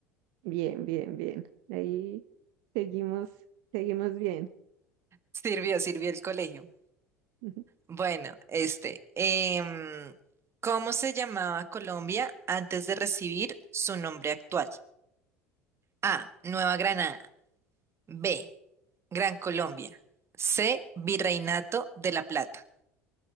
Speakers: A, on the right; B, on the right.
A: Bien, bien, bien. Ahí seguimos, seguimos bien.
B: Sirvió, sirvió el colegio.
A: <laughs>
B: Bueno, este, em, ¿cómo se llamaba Colombia antes de recibir su nombre actual? A, Nueva Granada. B, Gran Colombia. C, Virreinato de la Plata.